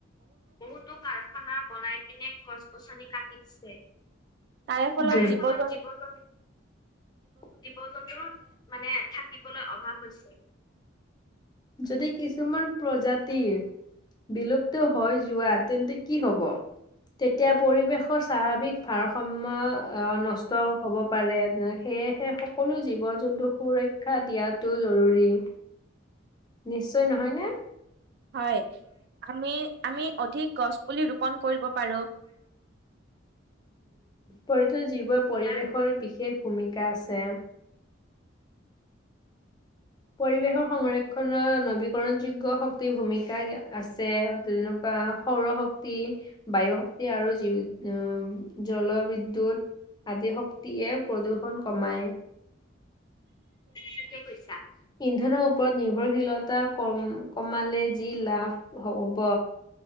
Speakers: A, on the left (about 20°); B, on the right (about 55°).
A: বহুতো কাৰখানা বনাই পিনে গছ-গছনি কাটি দিছে,
B: তাৰে
A: যাৰ
B: জীৱ
A: ফলত
B: জন
A: জীৱ-জন্তু জীৱ-জন্তুৰো মানে থাকিবলৈ অভাৱ হৈছে, যদি কিছুমান প্ৰজাতি বিলুপ্ত হৈ যোৱা তেন্তে কি হ'ব, তেতিয়া পৰিৱেশৰ স্বাভাৱিক ভাৰসমাম্য অ', নষ্ট হব পাৰে সেয়েহে সকলো জীৱ-জন্তুক সুৰক্ষা দিয়াটো জৰুৰী। নিশ্চয় নহয়নে?
B: হয়, আমি আমি অধিক গছ পুলি ৰোপন কৰিব পাৰোঁ।
A: পৰ্থো জীৱই পৰিৱেশৰ বি বিশেষ ভূমিকা আছে। পৰিৱেশৰ সংৰক্ষণৰ নৱীকৰণ যোগ্য শক্তিৰ ভূমিকা আছে তেনেকুৱা সৌৰশক্তি, বায়ু শক্তি আৰু জি অ', জলবিদ্যুত আদি শক্তিয়ে প্ৰদূষণ কমায়। ঠিকে কৈছা, ইন্ধনৰ ওপৰত নিৰ্ভৰশীলতা কম কমালে যি লাভ হ'ব